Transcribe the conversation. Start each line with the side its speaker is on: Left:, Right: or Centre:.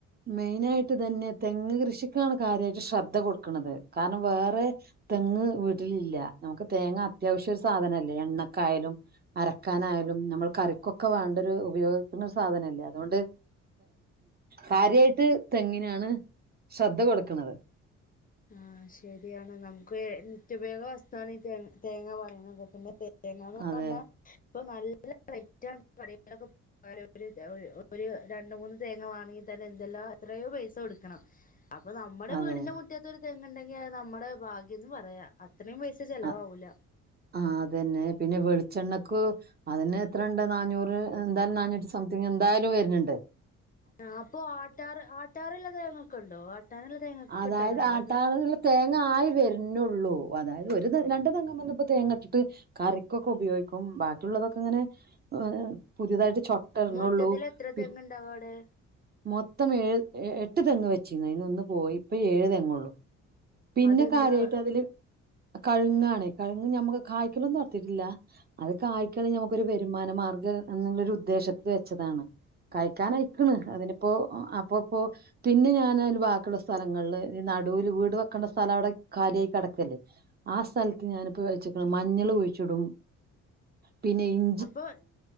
Right: മെയിനായിട്ട് ഇതന്നെ തെങ്ങ് കൃഷിക്കാണ് കാര്യായിട്ട് ശ്രദ്ധ കൊട്ക്ക്ണത് കാരണം വേറെ തെങ്ങ് വീട്ടിലില്ല നമുക്ക് തേങ്ങ അത്യാവശ്യ ഒരു സാധനല്ലേ എണ്ണക്കായാലും അരക്കാനായാലും ഞമ്മൾ കറിക്കൊക്ക വേണ്ട ഒരു ഉപയോഗിക്ക്ണ സാധനല്ലേ അതുകൊണ്ട് കാര്യായിട്ട് തെങ്ങിനാണ് ശ്രദ്ധ കൊടുക്ക്ണത്
Left: ആ ശരിയാണ് നമുക്ക് നിത്യപയോഗ വസ്തുവാണ് ഈ തേ തേങ്ങ പറിണത് പിന്നെ തെ തേങ്ങാന്ന്
Right: അതെ
Left: പർഞ ഇപ്പം നല്ല റൈറ്റ് ആണ് കടെകളൊ <unintelligible> ഒ ഒര് രണ്ടു മൂന്ന് തേങ്ങ വാണങ്കി തന്നെ എന്തെല്ലാം എത്രയോ പൈസ കൊടുക്കണം അപ്പ നമ്മടെ
Right: അതെ
Left: വീടിന്റെ മുറ്റത്ത് ഒരു തെങ്ങ് ഇണ്ടെങ്കി അത് നമ്മുടെ ഭാഗ്യന്ന് പറയാ അത്രയും പൈസ ചെലവാവുല
Right: അ- ആ അതന്നെ പിന്നെ വെൾച്ചണ്ണക്ക് അതിന് എത്ര ഇണ്ട് നാന്നൂറ് എന്തായാലും നന്നൂറ്റി സംതിങ്ങ് എന്തായാലും വര്ന്ണ്ട്
Left: ആ അപ്പൊ ആട്ടാറ് ആട്ടാറ്ള്ള തേങ്ങക്ക ഇണ്ടോ ആട്ടാന്ള്ള തേങ്ങക്ക
Right: അതായത്
Left: കിട്ടാറുണ്ടോ
Right: ആട്ടാനുള്ള തേങ്ങ ആയി വര്നോള്ളൂ <unintelligible> ഒരു തെങ്ങാണ്ട് തെങ്മന്ന് ഇപ്പോ തേങ്ങ ഇട്ട്ട്ട് കറിക്കൊക്ക ഉപയോഗിക്കും ബാക്കിയുള്ളതൊക്ക ഇങ്ങനെ അഎ് പുതുതായിട്ട് ചൊട്ട ഇട്ണാെള്ളൂ
Left: മൊത്തത്തിൽ എത്ര
Right: പി
Left: തെങ്ങുണ്ടാവും അവിടെ
Right: മൊത്തം ഏഴ് എഎട്ട് തെങ്ങ് വെച്ചീനു അയ്ന്ന് ഒന്ന് പോയി ഇപ്പ ഏഴ് തെങ്ങാെള്ളൂ പിന്നെ
Left: അതെന്താ
Right: കാര്യായിട്ട് അതില് കഴുങ്ങാണ് കഴുങ്ങ് ഞമ്മക്ക് കായ്ക്കലൊന്നും ഒട്ത്തീട്ടില്ല അത് കായ്ക്കാണെങ്കി നമുക്കൊരു വരുമാന മാർഗ്ഗം എന്നുള്ളരു ഉദ്ദേശത്തിൽ വെച്ചതാണ് കായ്ക്കാനയ്ക്ക്ണ് അതിനിപ്പോ അപ്പപ്പോ പിന്നെ ഞാൻത് ബാക്കിള്ള സ്ഥലങ്ങളില് ഈ നടൂല് വീട് വെക് ക്കണ്ട സ്ഥലം അവിടെ കാലിയായി കെടക്കല്ലേ ആ സ്ഥൽത്ത് ഞാനിപ്പോ വെച്ചേക്കണേ മഞ്ഞള് കുഴിച്ചിടും <inaudible> പിന്നെ ഇൻ
Left: അപ്പൊ